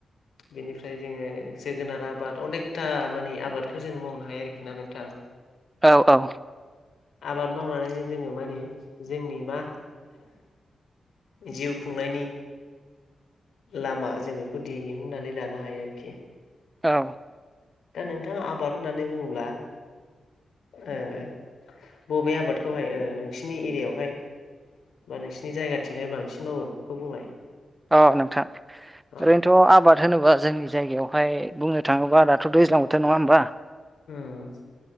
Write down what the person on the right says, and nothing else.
औ औ।
औ।
औ नोंथां
ओरैनोथ' आबाद होनोबा जोंनि जायगायावहाय बुंनो थाङोब्ला दाथ' दैज्लां बोथोर नङा होमबा?